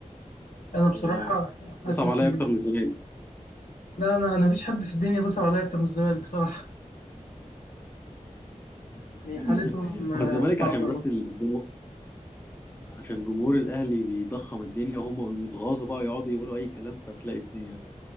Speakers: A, on the left; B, on the left.
A: أنا بصراحة
B: يعني يصعب
A: حاسس
B: عليا
A: إن
B: اكتر من الزمالك
A: لا أنا أنا مفيش حد في الدنيا بيصعب عليا أكتر من الزمالك بصراحة
B: <laughs>
A: يعني حالتهم آه،
B: هو الزمالك
A: صعبة
B: عشان بس الجمهور عشان جمهور الاهلي بيضخم الدنيا وهم يتغاظوا بقى ويقعدوا يقولوا اي كلام فتلاقي الدنيا